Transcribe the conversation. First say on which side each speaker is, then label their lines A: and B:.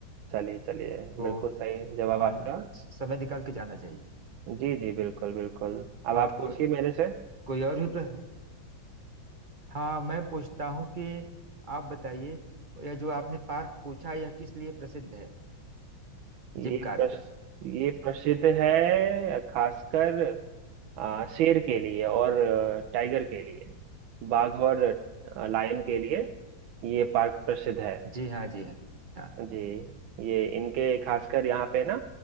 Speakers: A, on the right; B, on the right.
A: चलिए चलिए
B: तो
A: बिल्कुल सही जवाब
B: आ,
A: आपका
B: समय निकाल के जाना चाहिए
A: जी जी बिल्कुल बिल्कुल अब आप
B: और
A: पूछिए
B: को,
A: मेरे से
B: कोई और भी प्रश्न हाँ मैं पूछता हूँ कि आप बताइए यह जो आपने पार्क पूछा यह किस लिए प्रसिद्ध है
A: ये
B: जिम कार्पेट
A: प्रश्न ये प्रसिद्ध है खासकर आ, शेर के लिए और अ, टाइगर के लिए बाघ और अ, लायन के लिए ये पार्क प्रसिद्ध है
B: जी हाँ, जी हाँ।
A: जी ये इनके खासकर यहाँ पे ना